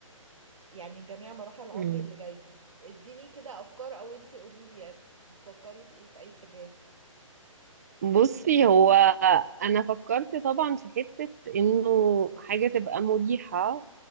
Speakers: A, on the right (about 65°); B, on the right (about 30°).
A: يعني جميع مراحل عمري
B: مم.
A: اللي جايه اديني كده افكار او انتي قولي لي يعني بتفكري في ايه في اي اتجاه
B: بصي هو انا فكرت طبعا في حتة انه حاجة تبقى مريحة